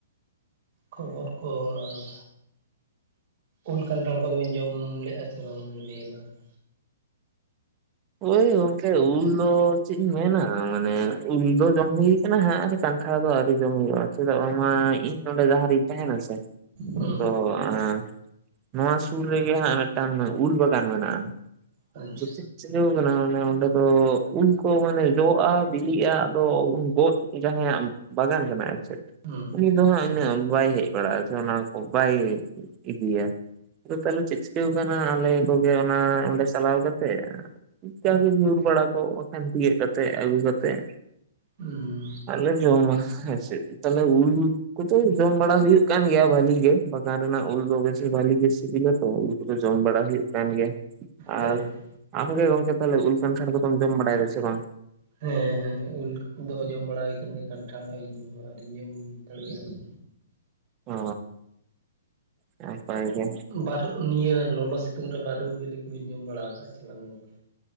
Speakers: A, on the right; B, on the right.
A: ᱠᱷᱚᱵᱚᱨ ᱠᱚ ᱟᱨ ᱩᱞ ᱠᱷᱟᱱᱴᱷᱟᱲ ᱠᱚ ᱵᱤᱱ ᱡᱚᱢ ᱞᱮᱜᱼᱟ ᱥᱮ ᱵᱟᱝ ᱱᱤᱭᱟᱫᱷᱟᱣ ᱫᱚ᱾
B: ᱳᱭ ᱜᱚᱝᱠᱮ ᱩᱞ ᱫᱚ ᱪᱮᱫ ᱤᱧ ᱢᱮᱱᱟ, ᱢᱟᱱᱮ ᱩᱞ ᱫᱚ ᱡᱚᱢ ᱦᱳᱭ ᱠᱟᱱᱟ ᱦᱟᱸᱜ, ᱠᱟᱱᱴᱷᱟᱲ ᱫᱚ ᱟᱹᱣᱨᱤ ᱡᱚᱢ ᱦᱳᱭᱳᱜᱼᱟ, ᱪᱮᱫᱟᱜ ᱵᱟᱝᱢᱟ ᱤᱧ ᱱᱚᱰᱮ ᱡᱟᱦᱟᱸ ᱨᱤᱧ ᱛᱟᱦᱮᱸᱱᱟ ᱥᱮ
A: ᱦᱩᱸ
B: ᱛᱚ ᱟᱸ ᱱᱚᱣᱟ ᱥᱩᱨ ᱨᱮᱜᱮ, ᱦᱟᱸᱜ ᱢᱮᱜᱴᱟᱱ ᱩᱞ ᱵᱟᱜᱟᱱ ᱢᱮᱱᱟᱜᱼᱟ᱾
A: ᱟᱪᱪᱷᱟ,
B: ᱟᱫᱚ ᱪᱮᱫ ᱪᱤᱠᱟᱹᱣ ᱠᱟᱱᱟ ᱢᱟᱱᱮ ᱚᱸᱰᱮ ᱫᱚ, ᱩᱞ ᱠᱚ ᱢᱟᱱᱮ ᱡᱚᱜᱼᱟ, ᱵᱤᱞᱤᱜᱼᱟ ᱟᱫ ᱩᱱ ᱜᱚᱫ ᱡᱟᱦᱟᱸᱭᱟᱜ ᱵᱟᱜᱟᱱ ᱠᱟᱱᱟ, ᱟᱨ ᱪᱮᱫ
A: ᱦᱩᱸ,
B: ᱩᱱᱤ ᱫᱚ ᱦᱟᱸᱜ ᱩᱱᱟᱹᱜ ᱵᱟᱭ ᱦᱮᱡ ᱵᱟᱲᱟᱜᱼᱟ, ᱥᱮ ᱚᱱᱟ ᱠᱚ ᱵᱟᱭ ᱤᱫᱤᱭᱟ᱾ ᱟᱫᱚ ᱛᱟᱦᱚᱞᱮ ᱪᱮᱫ ᱪᱤᱠᱟᱹᱣ ᱠᱟᱱᱟ, ᱟᱞᱮ ᱠᱚᱜᱮ ᱚᱱᱟ ᱚᱸᱰᱮ ᱪᱟᱞᱟᱣ ᱠᱟᱛᱮ ᱡᱟ ᱜᱮ ᱧᱩᱨ ᱵᱟᱲᱟ ᱠᱚᱜ, ᱵᱟᱠᱷᱟᱱ ᱛᱤᱭᱳᱜ ᱠᱟᱛᱮᱜ ᱟᱹᱜᱩ ᱠᱟᱛᱮᱜ
A: ᱩᱸ,
B: ᱟᱨ ᱞᱮ ᱡᱚᱢᱟ ᱦᱮᱸᱥᱮ, ᱛᱟᱞᱮ ᱩᱞ ᱠᱚᱫᱚ ᱡᱚᱢ ᱵᱟᱲᱟ ᱦᱩᱭᱩᱜ ᱠᱟᱱ ᱜᱮᱭᱟ, ᱵᱷᱟᱞᱤ ᱜᱮ, ᱵᱟᱜᱟᱱ ᱨᱮᱱᱟᱜ ᱩᱞ ᱫᱚ ᱵᱮᱥᱤ ᱵᱷᱟᱞᱤ ᱜᱮ ᱥᱤᱵᱤᱞᱟ ᱛᱚ᱾ ᱠᱚᱫᱚ ᱡᱚᱢ ᱵᱟᱲᱟ ᱦᱩᱭᱩᱜ ᱠᱟᱱ ᱜᱮᱭᱟ,
A: ᱛᱟᱦᱞᱮ
B: ᱟᱨ ᱟᱢ ᱜᱮ ᱜᱚᱝᱠᱮ ᱛᱟᱦᱚᱞᱮ, ᱩᱞ ᱠᱷᱟᱱᱴᱷᱟᱲ ᱠᱚᱫᱚᱢ ᱡᱚᱢ ᱵᱟᱲᱟᱭ ᱫᱟ ᱥᱮ ᱵᱟᱝ?
A: ᱦᱮᱸ, ᱦᱮᱸ, ᱩᱞᱫᱚ ᱡᱚᱢ ᱵᱟᱲᱟ ᱦᱩᱭ ᱠᱟᱱ ᱜᱮᱭᱟ, ᱠᱟᱱᱴᱷᱟᱲ ᱤᱧ ᱦᱚ ᱟᱣᱨᱤᱧ ᱡᱚᱢ ᱦᱟᱛᱟᱲ ᱜᱮᱭᱟ ᱱᱟᱜ
B: ᱚ, ᱱᱟᱯᱟᱭ ᱜᱮ
A: ᱱᱟᱜ ᱵᱟᱨ ᱱᱤᱭᱟᱹ ᱞᱚᱞᱚ ᱥᱤᱛᱩᱝ ᱨᱮ, ᱵᱟᱨᱩ ᱵᱤᱞᱤ ᱠᱚᱵᱤᱱ ᱡᱚᱢ ᱵᱟᱲᱟ ᱠᱟᱜᱼᱟ, ᱪᱮ ᱵᱟᱝ ᱜᱚᱝᱠᱮ?